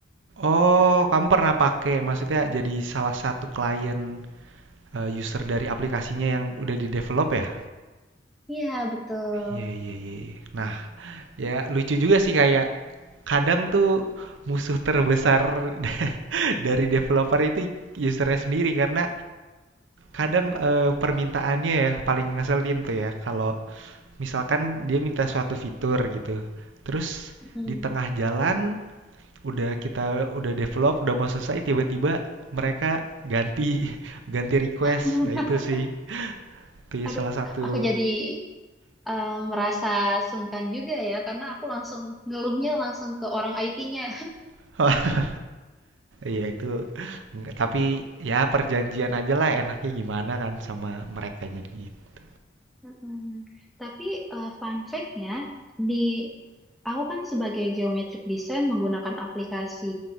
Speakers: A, on the right; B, in the centre.
A: Oh, kamu pernah pakai maksudnya jadi salah satu klien eh, user dari aplikasinya yang udah di develop ya?
B: Iya, betul.
A: Iya, iya, iya. iya. Nah, ya lucu juga sih kayak kadang tuh musuh terbesar <laughs> dari developer itu usernya sendiri karena kadang eh, permintaannya ya paling ngeselin tuh ya kalau misalkan dia minta suatu fitur gitu terus
B: Mm.
A: di tengah jalan udah kita udah develop udah mau selesai tiba-tiba mereka ganti <laughs> ganti request
B: <laughs>
A: nah itu sih itu ya
B: Aduh,
A: salah satu
B: aku jadi eh, merasa sungkan juga ya, karena aku langsung ngeluhnya langsung ke orang IT-nya
A: <laughs> wah iya itu Nggak- tapi ya perjanjian aja lah enaknya gimana kan sama merekanya gitu
B: Mm-mm. Tapi eh, fun fact-nya, di aku kan sebagai geometric design menggunakan aplikasi